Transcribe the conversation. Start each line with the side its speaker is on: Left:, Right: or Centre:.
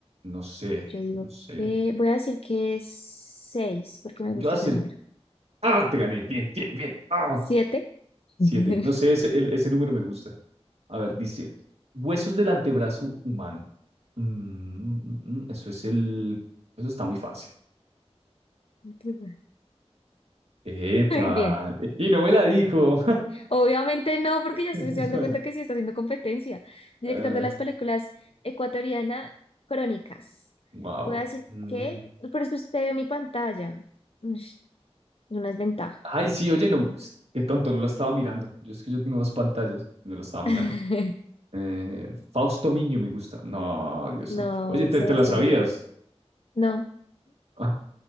Right: No sé,
Left: Yo digo
Right: no sé.
Left: que voy a decir que es 6 porque me
Right: Yo
Left: gusta
Right: voy a hacer...
Left: ese número.
Right: ¡Ah! Te gané. Bien, bien, bien. ¡Ah!
Left: siete
Right: Siete.
Left: <laughs>
Right: No sé, ese, el- ese número me gusta. A ver, dice, huesos del antebrazo humano. Mm, mm, mm, mm, eso es el... Eso está muy fácil.
Left: <laughs>
Right: Epa,
Left: Bien.
Right: y no me la dijo.
Left: Obviamente no, porque
Right: <laughs>
Left: ya estoy dando cuenta que sí está haciendo competencia. Director
Right: Ah,
Left: de las películas ecuatoriana Crónicas.
Right: wow.
Left: Voy a decir
Right: Mm.
Left: que, pero es que usted ve mi pantalla. Ush, Es una desventaja.
Right: Ay, sí, oye, no, ps, qué tonto, no lo estaba mirando. Yo es que yo tengo dos pantallas, no lo estaba mirando.
Left: <laughs>
Right: Eh, Fausto Miño me gusta. No, Dios
Left: No,
Right: santo. Oye, te,
Left: Sebastián
Right: te la sabías.
Left: Cano. No.
Right: Ah,